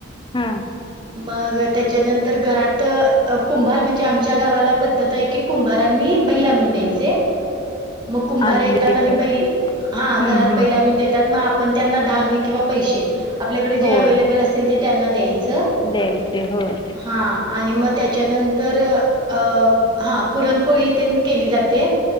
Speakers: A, on the left; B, on the right.
A: हा
B: मग त्याच्यानंतर घरात कुंभार म्हणजे आमच्या गावाला पद्धत हाय की, कुंभारांनी बैल आणून द्यायचे
A: <unintelligible>
B: मग कुंभार
A: आणून
B: येतात
A: देतात
B: आणि बैल हा घरात
A: हम्म हम्म
B: बैल आणुन देतात म आपण त्यांना धान्य किंवा पैसे आपल्याकडे
A: होय
B: जे अवेलेबल असेल ते त्यांना द्यायचं.
A: द्यायचे होय.
B: हा आणि म त्याच्यानंतर अ हा पुरणपोळी तेन केली जाते.